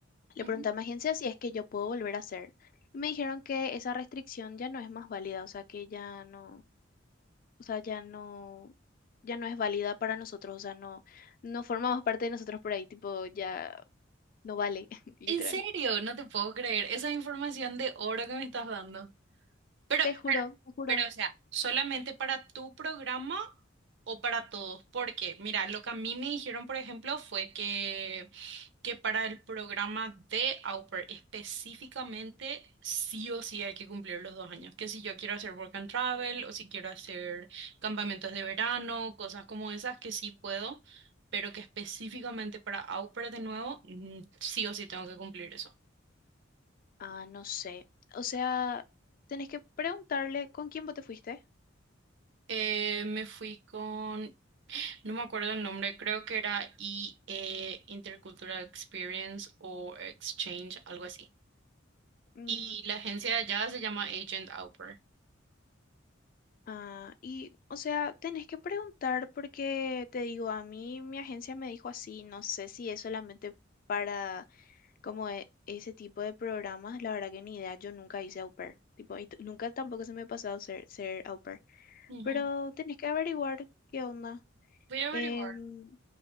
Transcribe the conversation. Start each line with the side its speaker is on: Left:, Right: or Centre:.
Left: le
Right: ujú.
Left: pregunté a mi agencia si es que yo puedo volver a hacer. Y me dijeron que esa restricción ya no es más válida, o sea, que ya no, o sea, ya no, ya no es válida para nosotros, o sea, no, no formamos parte de nosotros por ahí, tipo, ya no vale, <laughs> literal.
Right: ¿En serio? No te puedo creer. Esa información de oro que me estás dando. Pero,
Left: Te juro,
Right: pero,
Left: te juro.
Right: pero, o sea, ¿solamente para tu programa o para todos? Porque, mira, lo que a mí me dijeron, por ejemplo, fue que, que para el programa de Au Pair específicamente, sí o sí hay que cumplir los dos años. Que si yo quiero hacer work and travel o si quiero hacer campamentos de verano, cosas como esas, que sí puedo, pero que específicamente para Au Pair de nuevo, mm, sí o sí tengo que cumplir eso.
Left: Ah, no sé. O sea, tenés que preguntarle con quién vos te fuiste.
Right: Eh, me fui con No me acuerdo el nombre, creo que era I E Intercultural Experience o Exchange, algo así.
Left: Mm,
Right: Y la agencia de allá se llama Agent Outper.
Left: ah, y, o sea, tenés que preguntar porque te digo, a mí mi agencia me dijo así, no sé si es solamente para como e- ese tipo de programas, la verdad que ni idea, yo nunca hice au pair. Tipo, y t- nunca tampoco se me ha pasado ser, ser au pair.
Right: Ujú.
Left: Pero tenés que averiguar qué onda.
Right: Voy a averiguar.
Left: Em,